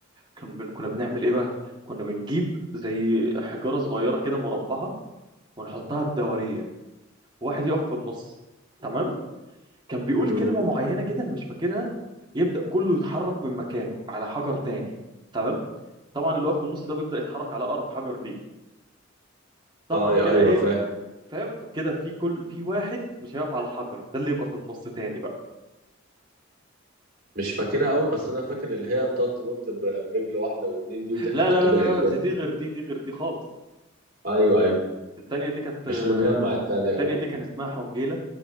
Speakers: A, on the right (about 25°); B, on the right (about 45°).
A: كان بن- كنا بنعمل ايه بقى كنا بنجيب زي حجاره صغيره كده مربعه ونحطها بدوريه وواحد يقف في النص تمام كان بيقول
B: امم
A: كلمة معينة كده أنا مش فاكرها يبدأ كله يتحرك من مكانه على حجر تاني تمام طبعا اللي واقف في النص ده بيبدأ يتحرك على أقرب حجر ليه طبعا
B: أيوة
A: كده
B: أيوه
A: إيه
B: فاهم
A: فاهم كده في كل في واحد مش هيقف على حجر ده اللي يبقى في النص تاني بقى
B: مش فاكرها قوي بس أنا فاكر اللي هي بتقعد تنط بر- برجل واحدة واتنين دي وتحدف
A: لا لا
B: الطوبة
A: لا لا
B: لقدام
A: لا، دي دي غير دي دي غير دي خالص
B: أيوه أيوه
A: التانية دي كانت
B: مش
A: آه،
B: مجمع التانية
A: التانية
B: أوي
A: دي كان اسمها حنجيلة